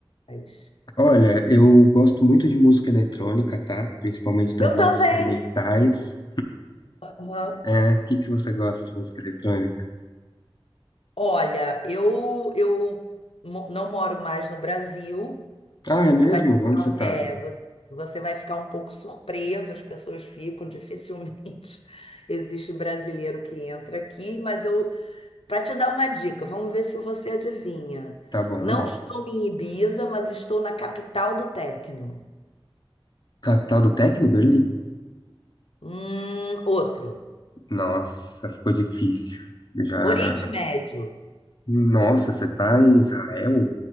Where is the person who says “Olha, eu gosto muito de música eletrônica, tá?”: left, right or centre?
Left